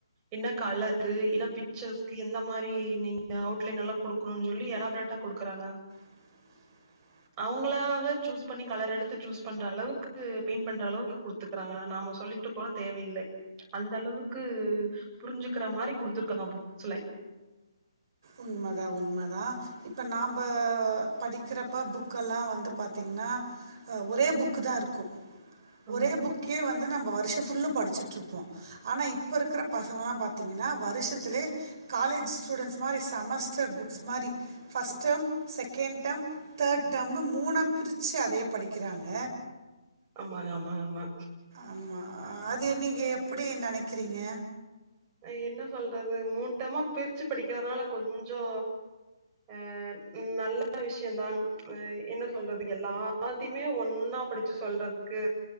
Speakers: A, on the right; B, on the right.
A: இன்ன கலரு இன்னப் பிச்சர்ஸ்க்கு எந்த மாறி நீங்க அவுட்லைன் எல்லா குடுக்கணுன் ஜொல்லி எலாப்ரேட்டா குடுக்குறாங்க
B: <inaudible>
A: அவ்ங்களாக ச்சூஸ் பண்ணி கலர் எடுத்து ச்சூஸ் பண்ற அளவுக்கு பெய்ண் பண்ற அளவ்க் குடுத்துக்றாங்க நாமோ சொல்லிட்டு கூடத் தேவையில்லை அந்த அளவுக்கு புரிஞ்சுக்குற மாறி குடுத்ருக்கதா புக்ஸ்லைன்
B: உண்மதா உண்மதா இப்ப நாம்ப படிக்குறப்ப புக்கல்லா வந்து பாத்திங்கன்னா அ ஒரே புக்குதா இருக்கு
A: ஆமா
B: ஒரே புக்யே வந்து நம்ப வருஷ்ஷ ஃபுல்லூ படிச்சிட்ருப்போ ஆனா இப்பருக்குறப் பசங்கலா பாத்திங்கின்னா வருஷத்துலே காலேஜ் ஸ்டூடண்ட்ஸ் மாறி சமஸ் ச்சர் புக்ஸ் மாறி ஃபஸ் டம் செகேண் டம் த டம்னு மூணா பிரிச்சி அதே படிக்கிறாங்க
A: ஆமாங்க அம்மா அம்மா
B: ஆமா அத்யெ நீங்கே எப்புடி நனைக்கிறிங்க
A: அ என்ன சொல்றது மூன் டம்மா பிருச்சு படிக்றனால கொஞ்சோ அ நல்ல விஷ்யம் தான் வய் இன்னு சொல்றது எல்லா ஆத்திமே ஒன்னா படிச்சி சொல்றதுக்கு